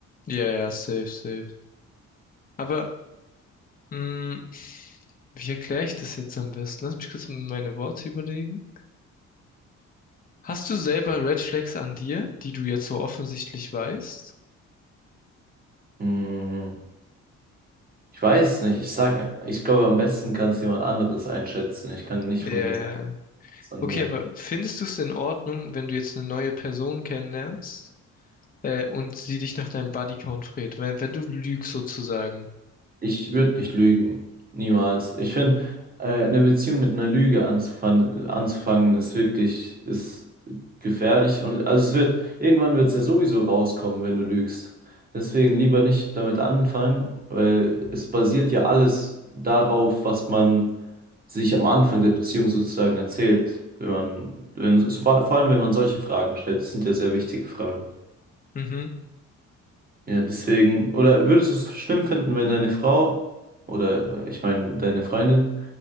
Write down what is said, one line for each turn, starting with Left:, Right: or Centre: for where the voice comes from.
Left: Ja, ja, safe, safe. Aber, mh, wie erkläre ich das jetzt am besten? Lass mich kurz meine Worte überlegen. Hast du selber Red Flags an dir, die du jetzt so offensichtlich weißt?
Right: Mm. Ich weiß nicht, ich sage, ich glaube, am besten kann es jemand anderes einschätzen. Ich kann nicht
Left: Ja.
Right: von mir sagen, es ist an
Left: Okay,
Right: mir.
Left: aber findest du es in Ordnung, wenn du jetzt eine neue Person kennenlernst, äh, und sie dich nach deinem Bodycount fragt, wenn, wenn du lügst sozusagen?
Right: Ich würde nicht lügen. Niemals. Ich finde, äh, eine Beziehung mit einer Lüge anzufangen, anzufangen ist wirklich, ist gefährlich. Und also es wird, irgendwann wird es ja sowieso rauskommen, wenn du lügst. Deswegen lieber nicht damit anfangen, weil es basiert ja alles darauf, was man sich am Anfang der Beziehung sozusagen erzählt. Wenn man, wenn, so vor vor allem wenn man solche Fragen stellt, das sind ja sehr wichtige Fragen.
Left: Mhm.
Right: Ja, deswegen, oder würdest du es schlimm finden, wenn deine Frau oder äh, ich meine deine Freundin